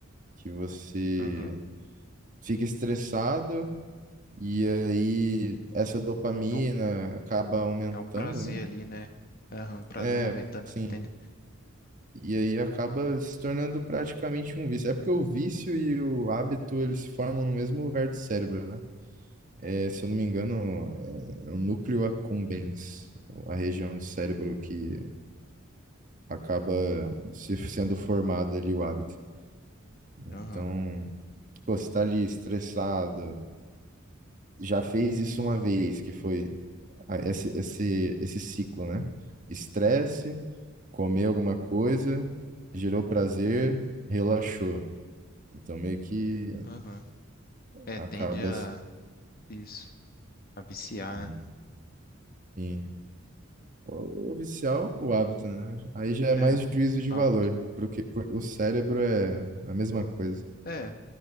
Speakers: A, on the right; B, on the left.
A: que você
B: Aham.
A: fica estressado e aí essa dopamina
B: É um,
A: acaba aumentando,
B: é um prazer
A: né?
B: ali, né? Aham, um prazer
A: É,
B: momentâneo
A: sim.
B: que você tem. né?
A: E aí acaba se tornando praticamente um vício. É porque o vício e o hábito, eles se formam no mesmo lugar do cérebro, né? É, se eu não me engano, é, é o núcleo accumbens, a região do cérebro que acaba se sendo formado ali o hábito. Então,
B: Aham,
A: pô, você tá ali estressado, já fez isso uma vez, que foi a- esse, esse, esse ciclo, né? Estresse, comer alguma coisa, gerou prazer, relaxou. Então, meio que
B: aham. É,
A: acaba...
B: tende a isso, a viciar,
A: Hum,
B: né?
A: sim. O o vicial, o hábito, né? Aí já é mais
B: É,
A: juízo de
B: hábito.
A: valor, porque por- o cérebro é a mesma coisa.
B: É,